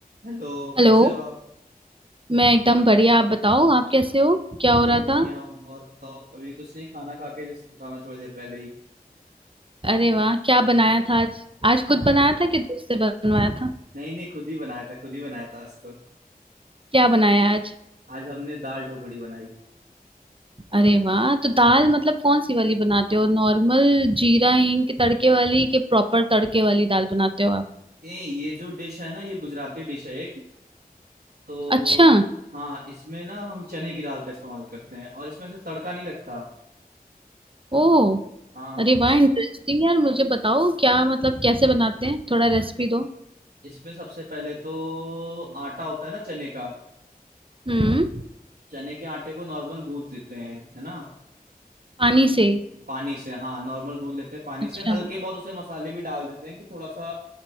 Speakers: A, on the right; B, on the right.
A: Hello
B: हेलो
A: कैसे हो आप
B: मैं एकदम बढ़िया आप बताओ आप कैसे हो क्या हो
A: मैं
B: रहा
A: भी बढ़िया
B: था
A: हूँ और बताओ अभी कुछ नहीं खाना खा के जस्ट उठा मैं थोड़ी देर पहले ही
B: अरे वाह क्या बनाया था आज आज
A: आ,
B: खुद बनाया था कि दोस्त से बनवाया था
A: नहीं नहीं खुद ही बनाया था खुद ही बनाया था आज तो
B: क्या बनाया आज
A: आज हमने दाल ढोकड़ी बनाई
B: अरे वाह तो दाल मतलब कौन सी वाली बनाते हो नॉर्मल जीरा हींग के तड़के वाली कि प्रॉपर तड़के वाली दाल बनाते हो आप
A: ये ये जो डिश है ना ये गुजराती डिश है एक तो
B: अच्छा
A: हाँ इसमें ना हम चने की दाल का इस्तेमाल करते हैं और इसमें से तड़का नहीं लगता
B: ओ
A: हाँ
B: अरे
A: इस
B: वाह इंटरेस्टिंग यार मुझे बताओ क्या मतलब कैसे बनाते हैं थोड़ा रेसिपी दो
A: इसमें सबसे पहले तो आटा होता है ना चने का
B: हम्म
A: चने के आटे को नॉर्मल गूंथ लेते हैं है ना
B: पानी से
A: पानी से हाँ नॉर्मल गूंद लेते हैं पानी
B: अच्छा
A: से हल्के बहुत उसे मसाले भी डाल देते हैं कि थोड़ा सा